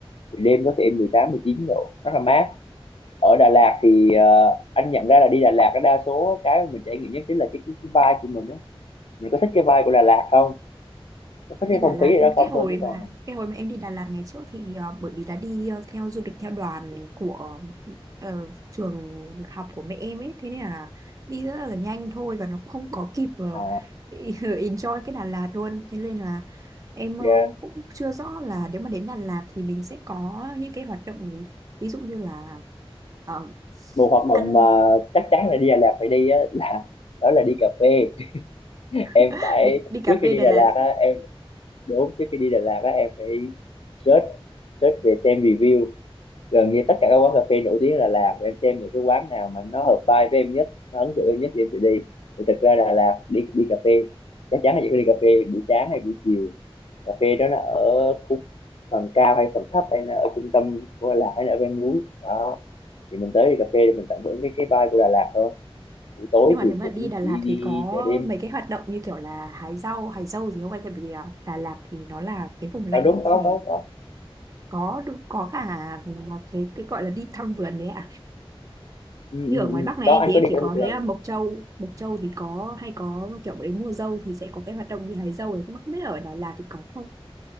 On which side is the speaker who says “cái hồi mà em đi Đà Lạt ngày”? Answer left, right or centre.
Right